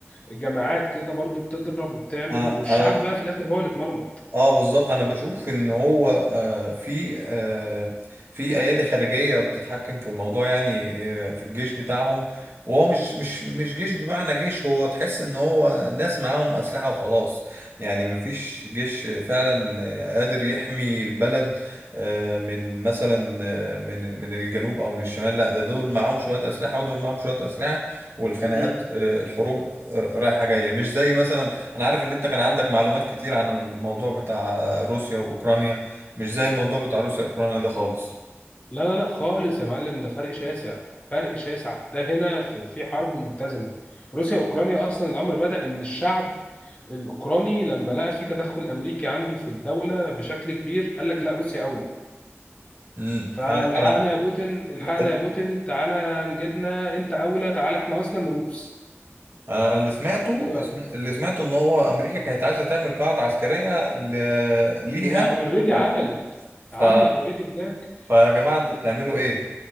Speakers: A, on the left; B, on the right.
A: جماعات كده برضو بتضرب وبتعمل
B: انا
A: والشعب
B: انا
A: بقى في الاخر هو اللي اتمرمط
B: اه بالظبط انا بشوف ان هو آه، في آه، في ايادي خارجيه بتتحكم في الموضوع يعني آه، في الجيش بتاعهم وهو مش مش مش جيش بمعنى جيش هو تحس ان هو ناس معاهم اسلحه وخلاص يعني مفيش جيش فعلا آه، قادر يحمي البلد آه، من مثلا آه، من من الجنوب او من الشمال لا ده دول معاهم شويه اسلحه ودول معاهم شويه اسلحه والخناقات
A: مم.
B: آه، الحروب رايحه جايه مش زي مثلا انا عارف ان انت كان عندك معلومات كتير عن الموضوع بتاع روسيا واوكرانيا مش زي الموضوع بتاع روسيا واوكرانيا ده خالص
A: لا لا لا خالص يا معلم ده فرق شاسع فرق شاسع ده هنا في في حرب متزنه روسيا اوكرانيا اصلا الامر بدا ان الشعب الاوكراني لما لقى في تدخل امريكي عنده في الدوله بشكل كبير قال لك لا روسيا اولى
B: امم
A: فالحقنا
B: انا
A: يا بوتين الحقنا
B: لا. انا
A: يا بوتين تعالى نجدنا انت اولى تعالى احنا اصلا روس
B: أنا اللي سمعته
A: قال له،
B: اللي سمعته ان هو امريكا كانت عايزه تعمل قاعده عسكريه ل... ليها
A: هي اوريدي
B: على-
A: عملت
B: ف
A: عامله اوريدي هناك
B: فيا جماعه انتوا بتعملوا ايه